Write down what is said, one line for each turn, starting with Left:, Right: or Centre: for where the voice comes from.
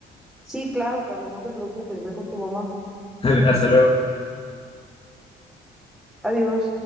Centre: sí, claro, Carlos, no te preocupes, ve con tu mamá.
Left: <laughs> Vale, hasta luego.
Centre: Adiós.